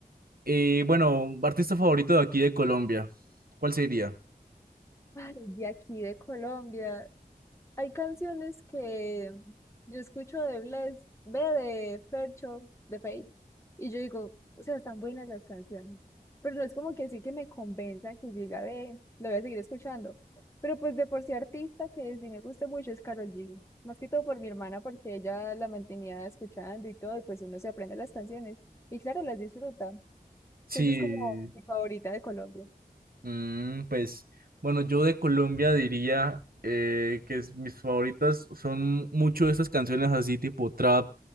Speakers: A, on the right (about 65°); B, on the left (about 15°).
A: Y bueno, artista favorito de aquí de Colombia, ¿cuál sería?
B: Ay, de aquí de Colombia, Hay canciones que yo escucho de Bless, ve de Fercho, de Fate, y yo digo, o sea, están buenas las canciones, pero no es como que sí que me convenza que yo diga, ve, lo voy a seguir escuchando. Pero pues de por sí artista que sí me gusta mucho es Karol G, más que todo por mi hermana porque ella la mantenía escuchando y todo, y pues uno se aprende las canciones y claro, las disfruta.
A: Sí.
B: Entonces es como mi favorita de Colombia.
A: Mm, pues bueno, yo de Colombia diría eh, que es- mis favoritas son mucho de esas canciones así tipo trap,